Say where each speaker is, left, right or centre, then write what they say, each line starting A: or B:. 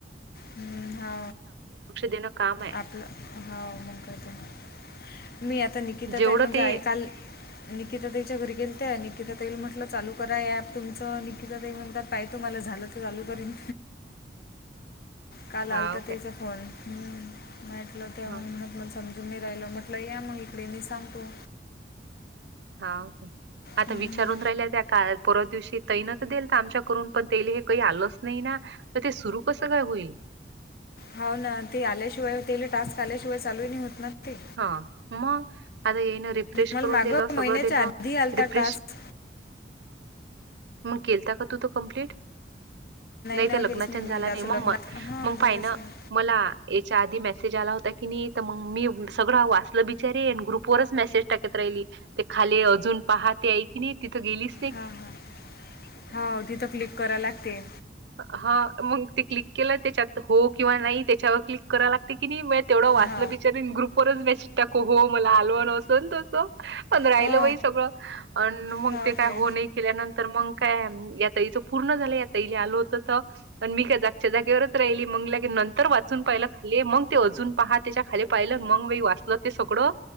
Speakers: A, on the left (about 55°); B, on the right (about 75°).
A: हम्म हो
B: देणं काम आहे.
A: आपलं हो मग करते म मी आता निकता
B: जेवढं
A: ताई म्हणजे
B: ते
A: आई काल निकिता तईच्या घरी गेल त्या निकिता तईल म्हटलं चालू करा ऍप तुमचं निकिता ताई म्हणतात पाहितो मला झालं तर चालू करीन काल
B: हां
A: आलता तेयचा
B: काय.
A: फोन हम् माटल ते
B: हां,
A: म्हटलं समजून मी राहिलं म्हटलं या मग इकडे मी सांगतो
B: हाे आता
A: हम्म.
B: विचारून राहिल्या त्या काल परवाच्या दिवशी तैनत देईल तर आमच्या करून पण तेैल हे काही आलंच नाही ना तर ते सुरू कसं काय होईल
A: हो ना ते आल्याशिवाय तेले टास्क आल्याशिवाय चालू नाही होत ना ते
B: हा मग आता येन रिफ्रेश
A: मला
B: करून
A: मागं
B: दिल
A: महिन्याच्या
B: सगळं दिल
A: आधी आलता
B: रिफ्रेश
A: टास्क
B: मग केलता का तू तो कंप्लीट नाही
A: ना
B: त्या लग्नाच्यांण
A: केलंच मी
B: झाला
A: दाचं
B: नाही मग
A: लग्न
B: म
A: हां
B: मग
A: झालंच
B: पाय ना
A: नाही
B: मला याच्या आधी मेसेज आला होता कीनी मग मी सगळं वाचलं बिचारी येन ग्रुप वच मेसेज टाकत राहिली ते खाली अजून पहा ते ई की नाही तिथं गेलीस
A: हां हा हा तिथं क्लिक कराव लागते
B: हा मग ते क्लिक केलं त्याच्यात हो किंवा नाही त्याच्यावर क्लिक करायला लागते की नाही तेवढं वाचलं
A: हो
B: बिचार ग्रुप वरच मॅसेज टाकू हो मला आलवाण असं तोसं पण राहिलं
A: हो
B: बाई सगळं अ मग
A: हा
B: ते
A: ओके
B: काय होन केल्यानंतर तर मग काय या तईच पूर्ण झालं या तईला आल होत तर मी काय च्या जागेवरच राहिली मग लाग नंतर अ पाहिलं खाली मग ते अजून पहा त्याच्या खाली पाहिलं मग म वाचलं ते सगळं